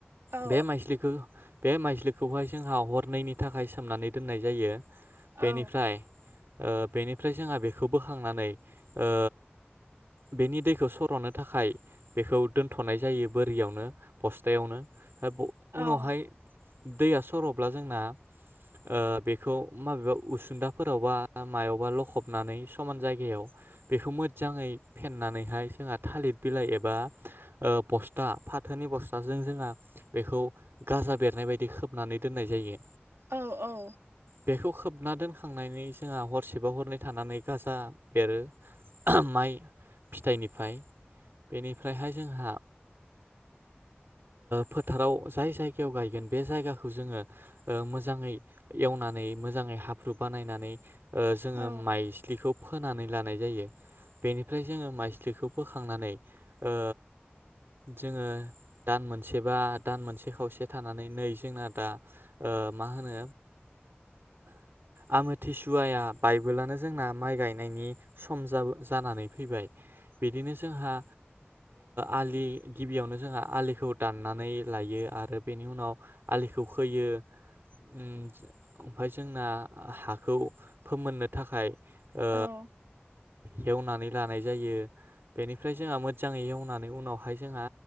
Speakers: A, on the right (about 85°); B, on the right (about 65°).
A: औ
B: बे माइस्लिखो बे माइज्लिखौहाय जोंहा हरनैनि थाखाय सोमनानै दोननाय जायो। बेनिफ्राय
A: औ
B: बेनिफ्राय जोंहा बेखौ बोखांनानै ओ बेनि दैखौ सर'नो थाखाय बेखौ दोनथ'नाय जायो बोरियावनो बस्थायावनो। <unintelligible> उनावहाय
A: औ
B: दैया सर'ब्ला जोंना ओ बेखौ माबेबा उसुदाफोरावबा मायावबा लखबनानै समान जायगायाव बेखौ मोजाङै फेनानैहाय जोंहा थालिर बिलाइ एबा बस्था फाथोनि बस्थाजों जोंहा बेखौ गाजा बेरनाय बायदि खोबनानै दोननाय जायो।
A: औ औ
B: बेखौ खोबना दोनखांनानै जोंहा हरसेबाव हरनै थानानै गाजा बेरो माइ फिथाइनिफ्राय बेनिफ्रायहाय जोंहा फोथाराव जाय जायगायाव गायगोन बे जायगाखौ जोङो मोजाङै एवनानै मोजाङै हाब्रु बानायनानै जोङो
A: औ
B: माइस्लिखौ फोनानै लानाय जायो। बेनिफ्राय जोङो माइस्लिखौ बो खांनानै ओ जोंङो दान मोनसे बा दान मोनसे खावसे थांनानै नै जोंना दा मा होनो आमथिसुवा बायबोलानो जोंना माइ गाय नायनि सम जाबो जानानै फैबाय। बिदिनो जोंहा आलि गिबियावनो जोंहा आलिखौ दाननानै लायो आरो बेनि उनाव आलिखौ खोयो। उम ओमफ्राय जोंना हाखौ फोमोननो थाखाय ओ
A: औ
B: हेवनानै लानाय जायो बेनिफ्राय जोंहा मोजाङै एवनानै नि उनावहाय जोंहा